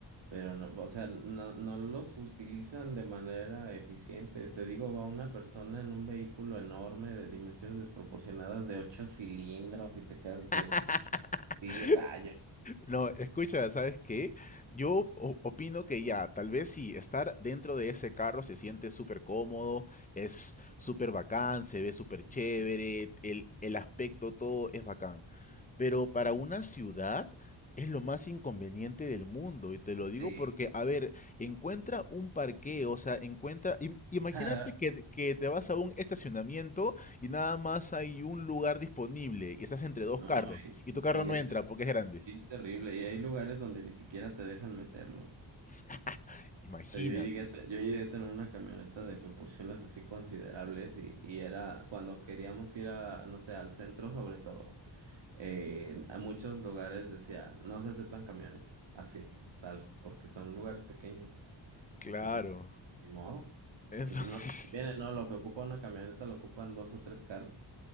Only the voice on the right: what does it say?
pero no, o sea, no, no los utilizan de manera eficiente. Te digo, va una persona en un vehículo enorme de dimensiones desproporcionadas de ocho cilindros y te quedas así
de, sí, rayos,
sí.
<laughs>
No,
y,
y
es,
y es terrible. Y hay lugares donde ni siquiera te dejan meterlos.
sea, yo llegué a, te- yo llegué a tener una camioneta de proporciones así considerables y, y era cuando queríamos ir a, no sé, al centro sobre todo, eh, a muchos lugares decía, no se aceptan camionetas, así, tal, porque son lugares pequeños.
Entonces, ni modo.
Y pues no les conviene,
no, lo que ocupa una camioneta lo ocupan dos o tres carros.